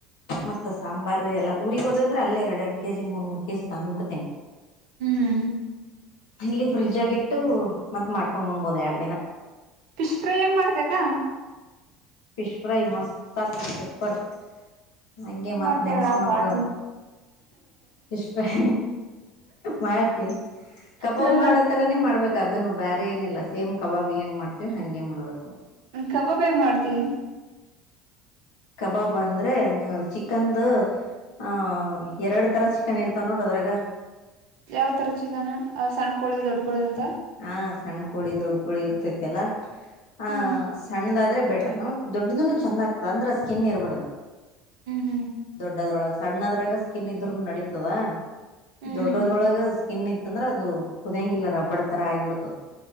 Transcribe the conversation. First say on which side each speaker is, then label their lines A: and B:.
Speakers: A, on the left; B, on the right.
A: ಮತ್ತ ಸಾಂಬಾರು ಎಲ್ಲ. ಉರಿ ಹೋದ ಅಂದ್ರ ಅಲ್ಲೇ ಎರ ಎರಡು ಕೆ ಜಿ ಮೂರ್ ಮೂರ್ ಕೆಜಿ ತಂದು್ ಬಿಡ್ತೇನಿ
B: ಹ್ಮ್
A: ಇಲ್ಲಿ ಫ್ರಿಜ್ ಗಿಟ್ಟು ಮತ್ತ್ ಮಾಡ್ಕೊಂಡ್ ಊಣಬೋದ ಎರಡು ದಿನ
B: ಫಿಶ್ ಫ್ರೈ ಹೆಂಗ್ ಮಾಡ್ತಯಕ್ಕ
A: ಫಿಶ್ ಫ್ರೈ ಮಸ್ತ್ ಆತ ಸೂಪರ್ ಹಂಗೆ
B: ಹೆಂಗ್
A: ಮತ್
B: ಮಾಡ್ತೀಯ
A: ನೆನ್ಸ್
B: ಹೇಳ
A: ಕೊಂಡ್ರ
B: ಮಾಡ್ತೀನಿ
A: ಫಿಶ್ ಫ್ರೈ ಮಾಡ್ತಿನಿ ಕಬಾಬ್
B: ಹ್ಮ
A: ಮಾಡೋತರಾನೇ ಮಾಡ್ಬೇಕಕ್ ಅದನ್ನು ಬ್ಯಾರೆ ಏನಿಲ್ಲ ಸೇಮ್ ಕಬಾಬ್ ಹೆಂಗ್ ಮಾಡ್ತೀವಿ ಹಂಗೆ ಮಾಡ್ಬೇಕು
B: ಕಬಾಬ್ ಹೆಂಗ್ ಮಾಡ್ತೀ
A: ಕಬಾಬ್ ಅಂದ್ರೆ ನೀವು ಚಿಕನ್ದ ಹ ಎರಡು ತರ ಚಿಕನ್ ಇರ್ತಾವ ನೋಡದ್ರಾಗ
B: ಯಾವ್ ತರ ಚಿಕನ ಸಣ್ಣಕಳಿ ದೊಡ್ಡ್ ಕಳಿ ಅಂತ
A: ಹಾ ಸಣ್ಣ ಕೋಳಿ ದೊಡ್ ಕೋಳಿ ಇರ್ತೈತಿ ಅಲ್ಲ ಆ
B: ಹ್ಮ್
A: ಸಣ್ಣದಾದ ಆದೆ ಬೆಟರ್ ದೊಡ್ಡುನು ಚಂದ ಆಗ್ತದ ಅಂದ್ರೆ ಸ್ಕಿನ್ ಇರಬಾರ್ದು.
B: ಹ್ಮ್ ಹ್ಮ್
A: ದೊಡ್ಡದ್ರೊಳಗ ಸಣ್ಣದ್ರಾಗ ಸ್ಕಿನ್ ಇದರೂನು ನಡೀತದ.
B: ಹ್ಮ್
A: ದೊಡ್ಡದ್ರೊಳಗ
B: ಹ್ಮ್
A: ಸ್ಕಿನ್ ಇತ್ತಂದ್ರ ಅದು ಕುದಿಯಂಗಿಲ್ಲ ರಬ್ಬಡತರ ಆಗಿ ಬಿಡ್ತು.